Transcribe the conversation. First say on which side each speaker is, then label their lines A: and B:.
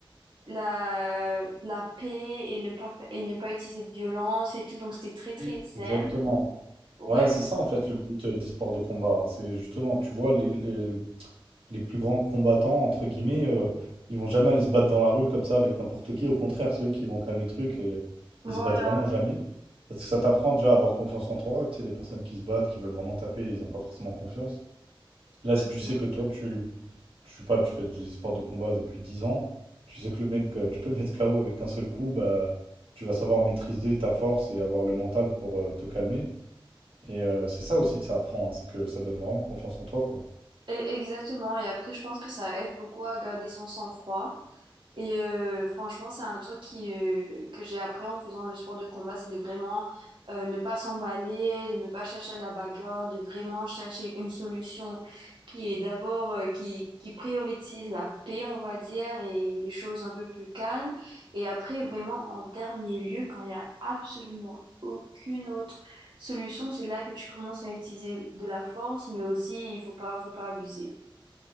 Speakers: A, on the right; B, on the right.
A: la, la paix et ne pas, fa- et ne pas utiliser de violence et tout. Donc, c'était très, très
B: Oui.
A: zen.
B: Exactement.
A: Ouais,
B: Ouais, c'est ça en fait le but euh, des sports de combat. hein. C'est justement, tu vois, les, les- les plus grands combattants, entre guillemets, euh, ils vont jamais aller se battre dans la rue comme ça avec n'importe qui. Au contraire, c'est eux qui vont calmer le truc et
A: voilà.
B: ils se battent vraiment jamais. Parce que ça t'apprend déjà à avoir confiance en toi. Tu sais, les personnes qui se battent, qui veulent vraiment taper, ils n'ont pas forcément confiance. Là,
A: Mhm.
B: si tu sais que toi, tu, Je sais pas, tu fais des sports de combat depuis 10 ans, tu sais que le mec, euh, tu peux le mettre KO avec un seul coup, bah, tu vas savoir maîtriser ta force et avoir le mental pour euh, te calmer. Et euh, c'est ça aussi que ça apprend, hein, c'est que ça donne vraiment confiance en toi, quoi.
A: Et- exactement. Et après, je pense que ça aide beaucoup à garder son sang-froid. Et euh, franchement, c'est un truc qui, euh, que j'ai appris en faisant le sport de combat, c'est de vraiment euh, ne pas s'emballer, de ne pas chercher la bagarre, de vraiment chercher une solution qui est d'abord, euh, qui, qui priorise la paix, on va dire, et les choses un peu plus calmes. Et après, vraiment, en dernier lieu, quand il n'y a absolument aucune autre solution, c'est là que tu commences à utiliser de la force, mais aussi, il faut pas, faut pas abuser.